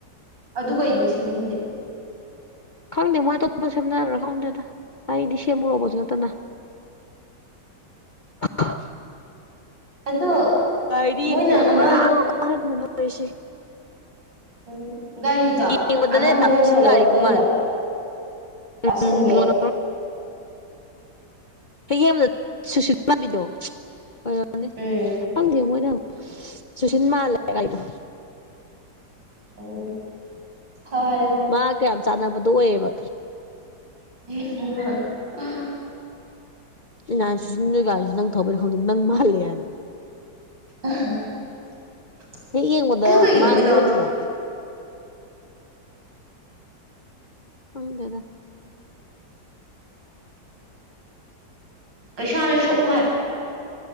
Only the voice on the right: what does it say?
ꯑꯗꯨꯗꯒꯣ ꯑꯣꯏꯒꯤꯁꯤ ꯍꯦ
ꯑꯗꯣ
ꯃꯣꯏꯅ ꯑꯃ
ꯎꯝ ꯒꯥꯔꯤꯗꯣ
ꯑꯃ ꯃꯣꯏꯅ
ꯂꯣꯜꯂꯒ
ꯄꯤꯔꯣ
ꯋꯥꯁꯤꯟꯒꯦ
ꯎꯝ
ꯑꯣ ꯍ
<unintelligible>
<unintelligible>
ꯑꯗꯨ ꯀꯩꯒꯤꯅꯣ
ꯃꯣꯏꯅ
ꯎꯝ ꯀꯩꯁꯥꯅ ꯁꯣꯛꯑꯝꯃ ꯍꯥꯏ